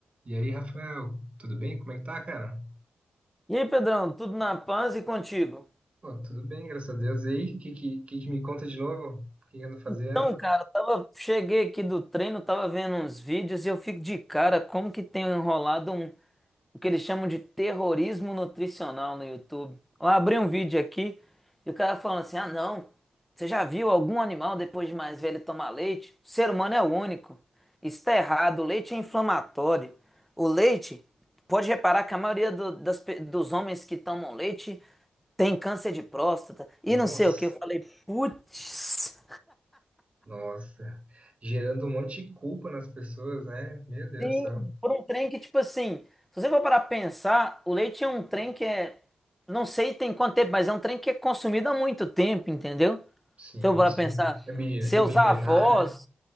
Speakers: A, on the right; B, in the centre.
A: E aí, Rafael, tudo bem? Como é que tá, cara?
B: E aí, Pedrão, tudo na paz e contigo?
A: Pô, tudo bem, graças a Deus. E aí, o que, que, que que me conta de novo? O que que ando fazendo?
B: Então, cara, eu tava, cheguei aqui do treino, tava vendo uns vídeos e eu fico de cara como que tem enrolado um. o que eles chamam de terrorismo nutricional no YouTube. Eu abri um vídeo aqui e o cara falando assim: ah, não, você já viu algum animal depois de mais velho tomar leite? O ser humano é o único. Isso está errado, o leite é inflamatório. O leite, pode reparar que a maioria do- das pe- dos homens que tomam leite tem câncer de próstata e
A: Nossa,
B: não sei o que. Eu falei, putz.
A: nossa. Gerando um monte de culpa nas pessoas, né? Meu Deus
B: Sim,
A: do céu.
B: por um trem que, tipo assim, se você for parar pra pensar, o leite é um trem que é. Não sei tem quanto tempo, mas é um trem que é consumido há muito tempo, entendeu?
A: Sim,
B: Se eu parar
A: sim.
B: pra pensar,
A: É milenar,
B: seus
A: é milenar,
B: avós,
A: né?